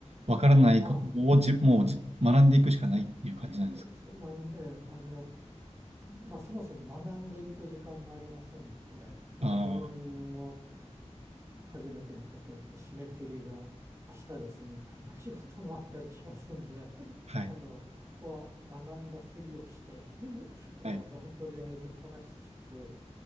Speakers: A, on the right (about 60°); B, on the right (about 25°).
A: わからないことをじ、
B: ああ、
A: もうじ、学んでいくしかないっていう感じなんですか
B: まあすまん、ええ、あの、まあそもそも学んでいく時間もありませんので、なんか自分の
A: ああ
B: 初めてのことやって締め切りが明日ですみたいな仕事もあったりしますんで、
A: ー、はい。
B: あの、そこは学んだふりをして <laughs> あの、
A: はい。
B: とりあえずこなしつつ、